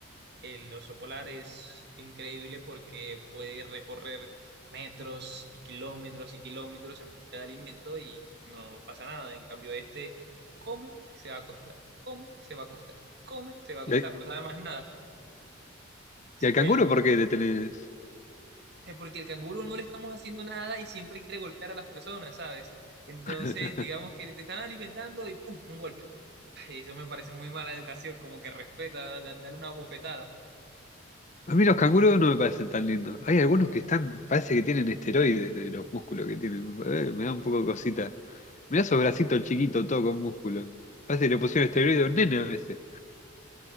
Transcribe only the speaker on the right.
El oso polar es increíble porque puede recorrer metros y kilómetros y kilómetros en busca de alimento y no pasa nada. En cambio, este come, se va a acostar, come, se va a acostar, come, se va a acostar,
no sabe más nada. Su-
el-
eh, porque el canguro no le estamos haciendo nada y siempre quiere golpear a las personas, ¿sabes? Entonces,
digamos que te están alimentando y ¡pum! un golpe. Ay, eso me parece muy mala educación, como que respeta, da- da- dar una bofetada.